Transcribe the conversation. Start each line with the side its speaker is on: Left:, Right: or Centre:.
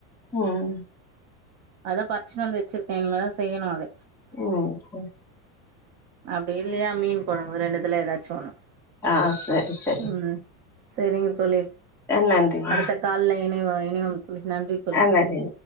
Centre: ம்
Right: அதா பருச்சின்னு வந்து வச்சிருக்கே இனிமேல் செய்யணு அத
Centre: ம்
Right: அப்டி இல்லையா மீன் கொழ்ம்பு ரெண்டுதுல எதாச்சு ஒன்னு
Centre: ஆ சரி சரி
Right: ம் சேரிங்க தோழி
Centre: நன்றிங்க
Right: அடுத்த கால்ல இனைவோ இனைவோம் தோழி நன்றி தோழி
Centre: ஆ நன்றிங்க